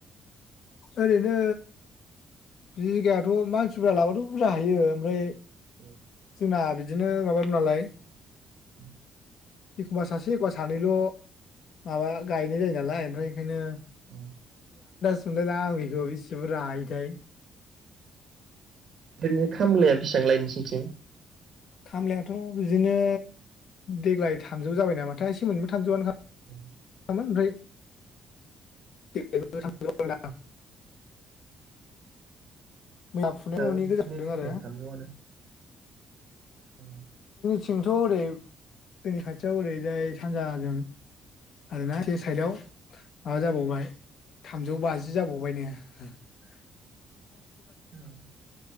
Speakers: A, on the left; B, on the right.
A: ओरैनो बिगायाथ' मानसि बुरजा लाबाथ' बुरजा हायो ओमफ्राय
B: औ।
A: जना बिदिनो माबाब नालाय।
B: <inaudible>
A: एखमबा सासे एखमबा सानैल' माबा गायनाय जायो नालाय ओमफ्राय ओंखायनो।
B: ओ
A: <unintelligible> मोनलाय लांआ आं बिखौ बेसे बुरजा हायोथाय।
B: ओ। खामलाया बेसेबां लायनोससै।
A: खामलायाथ' बिदिनो देग्लाय थामजौ जाबाय नामाथाय एसेमोनबो थामजौआनो।
B: औ।
A: ओमफ्राय थां। मोज
B: जोंनाबो
A: फुनाया न'नि
B: बिदिनो
A: गोजा फुदों
B: एखे
A: आरो।
B: थामजौआनो। औ।
A: थिंथ' ओरै जोंनि खाथियाव ओरैजाय सानजाजों आरोना ज साइदआव माबा जाबावबाय थामजौ बाजि जाबाव <unintelligible>
B: औ